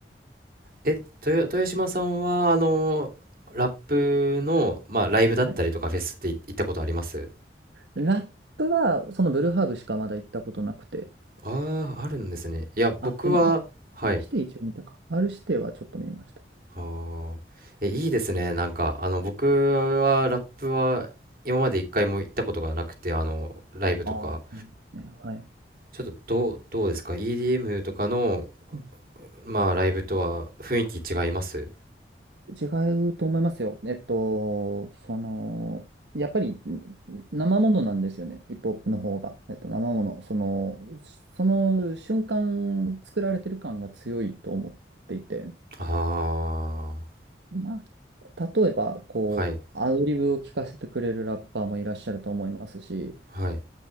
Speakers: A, on the right (about 55°); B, on the right (about 80°).
A: え、豊、豊島さんは、あの、ラップの、まあ、ライブだったりとかフェスってい行ったことあります
B: はい。ラップは、そのブルーハーブしかまだ行ったことなくて。
A: ああー、あるんですね。いや、僕は、
B: あ、でも、あ、
A: はい。
B: R 指定一応見たか。R 指定はちょっと見ました。
A: はあ。え、いいですね。なんか、あの、僕は、ラップは、今まで一回も行ったことがなくて、あの、ライブとか、
B: ああ、そうなんですね。はい。
A: ちょっと、どう、どうですか ?EDM とかの、
B: うん
A: まあ、ライブとは雰囲気違います
B: 違うと思いますよ。えっと、その、やっぱりん生ものなんですよね、ヒップホップの方が。えっと、生もの、その、その瞬間作られてる感が強いと思っていて、
A: ああ
B: まあ、例えば、こう、
A: ー、はい、
B: アドリブを聞かせてくれるラッパーもいらっしゃると思いますし、
A: はい、